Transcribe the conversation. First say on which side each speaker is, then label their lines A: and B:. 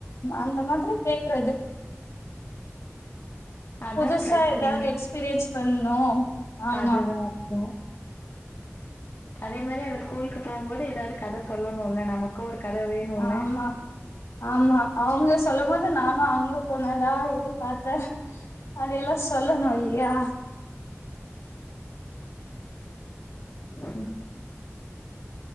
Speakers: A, on the left (about 80°); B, on the left (about 55°).
A: அந்த மாதிரி கேக்றது
B: அதா
A: புதுசா
B: பிரச்சனையே
A: ஏதாவது எக்ஸ்பீரியன்ஸ் பண்ணு ஆமா
B: அதுதா அதுதா அதே மாரி அந்த ஸ்கூல்க்கு போவ்ம்மோது ஏதாவது கத சொல்லணும்ல்ல நமக்கு ஒரு கத வேணுல்ல
A: ஆமா ஆமா அவுங்க சொல்லம்மோ அது நாந்தா அங்க போனதா இது பாத்தே அதெல்லா சொல்லணு இல்லியா
B: உம்